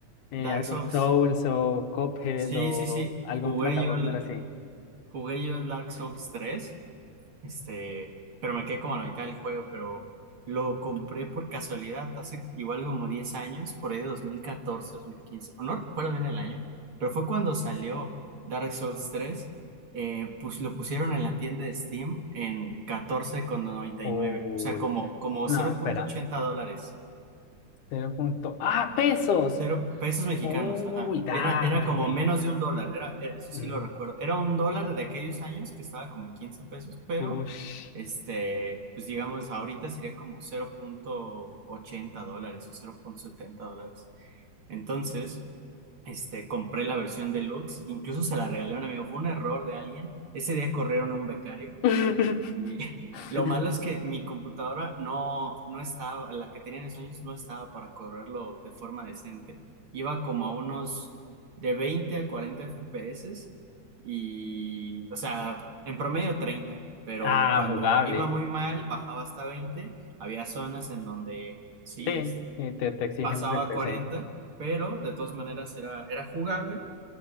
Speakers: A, on the left (about 75°); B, on the right (about 50°).
A: eh,
B: Dark
A: algún
B: Souls.
A: Souls o Cuphead
B: Sí,
A: o
B: sí, sí.
A: algún
B: Jugué
A: plataformero
B: yo el,
A: así?
B: jugué yo el Dark Souls tres Este, pero me quedé como a la mitad del juego, pero lo compré por casualidad hace igual como 10 años, por ahí de dos dos mil catorce dos mil quince o no recuerdo bien el año, pero fue cuando salió Dark Souls tres eh, pues lo pusieron en la tienda de Steam en catorce con noventa
A: Uy,
B: y nueve o sea, como, como
A: no,
B: cero
A: espera.
B: punto ochenta dólares.
A: Cero punto. ¡Ah, pesos!
B: Cero pesos mexicanos,
A: Uy,
B: ajá.
A: dale.
B: Era, era como menos de un dólar, era, e- eso
A: Mm,
B: sí lo recuerdo. Era un dólar de aquellos años que estaba como en 15 pesos, pero
A: ush.
B: este, pues digamos, ahorita sería como cero punto ochenta dólares o cero punto setenta dólares. Entonces, este, compré la versión deluxe, incluso se la regalé a un amigo, fue un error de alguien. Ese día corrieron a un becario
A: <laughs>
B: y <laughs>
A: <laughs>
B: lo malo es que mi computadora no, no estaba, la que tenía en esos años no estaba para correrlo de forma decente. Iba como a unos de 20 a 40 FPS y, o sea, en promedio treinta pero
A: Ah,
B: cuando
A: jugable.
B: iba muy mal, bajaba hasta veinte Había zonas en donde sí,
A: Sí,
B: este,
A: sí, te, te exigimos
B: pasaba
A: el
B: a
A: PC.
B: cuarenta pero de todas maneras era, era jugable,